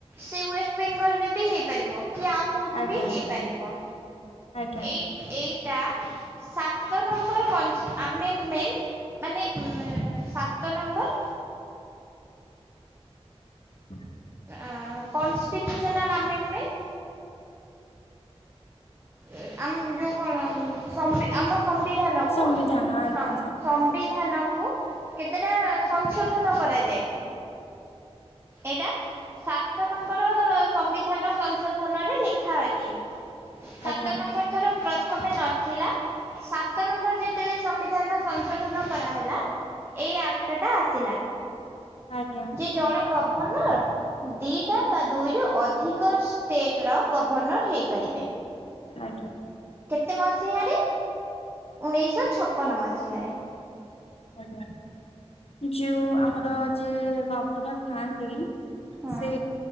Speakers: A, on the right (about 20°); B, on the left (about 65°).
A: ସେ ୱେଷ୍ଟ ବେଙ୍ଗଲ ରେ ବି ହେଇପାରିବ। କି ଆଉ କୋଉଠି
B: ଆଜ୍ଞା
A: ବି
B: ଆଜ୍ଞା
A: ହେଇପାରିବ।
B: ଆଜ୍ଞା
A: ଏଇ ଏଇଟା ସାତ ନମ୍ବର୍ କନ୍ସ ଆମେ ନୁ ମେଣ୍ଟ୍ ମାନେ ମେଁ ସାତ ନମ୍ବର୍
B: ହୁଁ
A: ଆ, କନଷ୍ଟିଚୁସନାଲ ଆମେଟମେଣ୍ଟ ଏ ଆମ ଯୋଉ କଣ ଉଁ, ସମ୍ବି ଆମ ସମ୍ବିଧାନକୁ
B: ସମ୍ବିଧାନ ଆଜ୍ଞା
A: ହଁ ସମ୍ବିଧାନ କୁ କେତେଟା ସଂଶୋଧନ କରାଯାଏ, ଏଇଟା ସାତ ନମ୍ବର୍ ର ସମ୍ବିଧାନ ସଂ ସଂଶୋଧନ ରେ ଲେଖା ଅଛି। ସାତ
B: ଆଜ୍ଞା
A: ନମ୍ବର୍ ଥର ପ୍ରଥମେ ନଥିଲା ସାତ ନମ୍ବର୍ ଯେତେବେଳେ ସମ୍ବି ଧାନ ସଂଶୋଧନ କରାହେଲା ଏଇ ଆକ୍ଟ ଟା ଆସିଲା।
B: ଆଜ୍ଞା
A: ଯେ ଜଣେ ଗ ଗଭର୍ଣ୍ଣର ଦିଟା ବା ଦୁଇରୁ ଅଧିକ ଷ୍ଟେଟ୍ ର ଗଭର୍ଣ୍ଣର ହେଇପାରିବେ।
B: ଆଜ୍ଞା।
A: କେତେ ମସିହାରେ ଉଣେଇଶହ ଛପନ ମସିହାରେ।
B: ଆଜ୍ଞା ଆଜ୍ଞା ଯୋଉ ଆମର ଯିଏ ଗଭର୍ଣ୍ଣର ଥାଆନ୍ତି
A: ହଁ।
B: ସେ